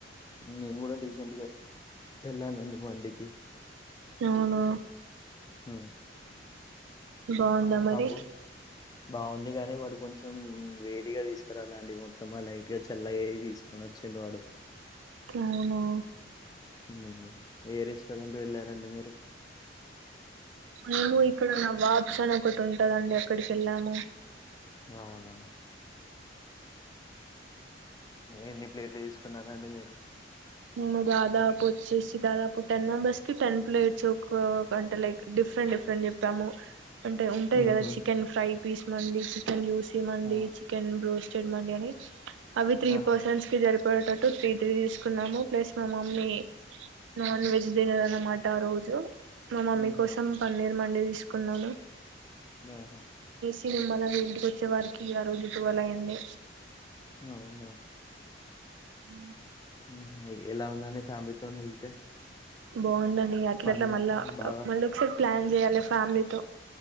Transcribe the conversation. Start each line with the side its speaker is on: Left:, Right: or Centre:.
Left: నేను కూడా రీసెంట్ గ వెళ్ళానండి వండికి
Right: నౌను
Left: హు
Right: బాగుందా మరి
Left: కాబొ బావుంది గానీ వాడు కొంచెం వే టిగ తీసుకురాలండి మొత్తమ లై ట్ గ చల్లయ్ ఏవి తీసుకొనొచ్చెండు వాడు.
Right: నౌవును
Left: <inaudible> ఏ రెస్టారెంట్ వెళ్ళారండి మీరు
Right: మేము ఇక్కడ నా బాబ్స్ అని ఒకటి ఉంటదండి అక్కడికి ఎళ్ళాము.
Left: అవునా? ఎన్ని ప్లేట్లు ఎసుకున్నారండి మీరు.
Right: మేము దాదాపొచ్చేసి దాదాపు టెన్ మెంబర్స్ కి టెన్ ప్లేట్స్ ఓక, పంటలేకి డిఫ్ రెంట్ డిఫరెంట్ చెప్పాము. అంటే ఉంటాయి
Left: హుహు.
Right: కదా చికెన్ ఫ్రై పీస్ మండి, చికెన్ యుసీ మండి,
Left: ఆ!
Right: చికెన్ బ్రోస్టెడ్ మండి అని అవి త్రీ
Left: ఆహా!
Right: పర్సన్స్ కి జరిప్ పటాటు త్రీ త్రీ ఇస్ కున్నాము ప్లస్ మా మమ్మీ, నాన్ వెజ్ దినరనమాట ఆ రోజు మా మమ్మీ
Left: హుహు.
Right: కోసం పన్నీర్ మ మండే తీసుకున్నాలు.
Left: నాహా
Right: తిన్ మాలన్ని ఇంటికి వచ్చే వరికి ఆ రొజు టువలయింది.
Left: నౌన
Right: ఉ
Left: మ్ మాగి ఎలా ఉందండి ఫ్యామిలీతోని ఎళ్తే
Right: బాగుందన్ అట్లా
Left: ఫన్
Right: అట్లా మళ్
Left: బాగా
Right: మళ్ళ ఒకసారి ప్లాన్ చేయాలి ఫ్యాలీ తొ